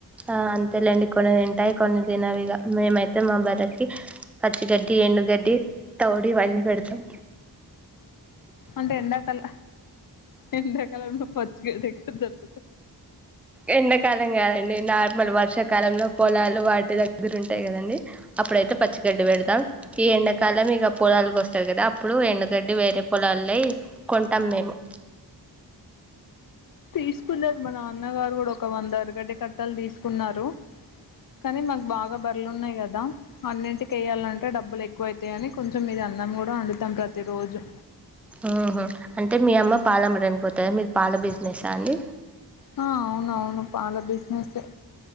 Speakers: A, in the centre; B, on the left.
A: ఆ అంతేలేండి కొన్ని తింటాయి కొన్ని తినవిగా మేమైతే మా బర్రకి పచ్చిగడ్డి ఎండుగడ్డి తౌడి ఇవన్నీ పెడతాం
B: అంటే ఎండాకాల ఎండాకాలంలో పచ్చి గెడ్డి ఎక్కడ దొరు
A: ఎండాకాలం కాదండి నార్మల్ వ వర్షాకాలంలో పొలాలు వాటి దగ్గర ఉంటాయి కదండీ అప్పుడైతే పచ్చిగడ్డి పెడతా ఈ ఎండాకాలం ఇగ పొలాలకి వస్తాది కదా అప్పుడు ఎండుగడ్డి వేరే పొలాల అయి కొంటాం మేము
B: తీసుకున్నారు మా నాన్నగారు కూడా ఒక వంద ఎరగడ్డ కట్టలు తీసుకున్నారు కానీ మాకు బాగా బర్లున్నాయ్ కదా అన్నింటికి వేయాలంటే డబ్బులు ఎక్కువ అయితాయని కొంచెం ఇది అన్నం కూడా వండుతాం ప్రతిరోజు
A: ఆహా అంటే మీ అమ్మ పాలమ్మటనికి పోతుందా మీది పాల బిజినెస్సా అండి
B: హా అవునువును పాల బిజినెస్ ఎ